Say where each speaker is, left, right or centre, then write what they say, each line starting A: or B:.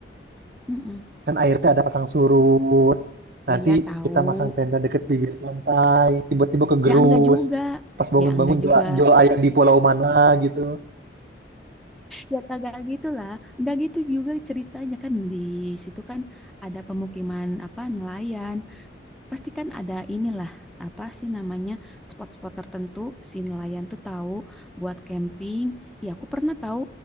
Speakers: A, in the centre; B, on the right.
A: mm
B: kan air teh ada pasang surut. Nanti
A: Iya tahu,
B: kita masang tenda deket bibir pantai, tiba-tiba kegerus.
A: Ya enggak juga.
B: Pas bangun-bangun
A: Ya enggak
B: jual,
A: juga.
B: jual ayam di pulau mana gitu.
A: Ya kagak gitu lah. Enggak gitu juga ceritanya kan di situ kan ada pemukiman apa nelayan. pasti kan ada inilah apa sih namanya spot-spot tertentu si nelayan tuh tahu buat camping. Ya aku pernah tahu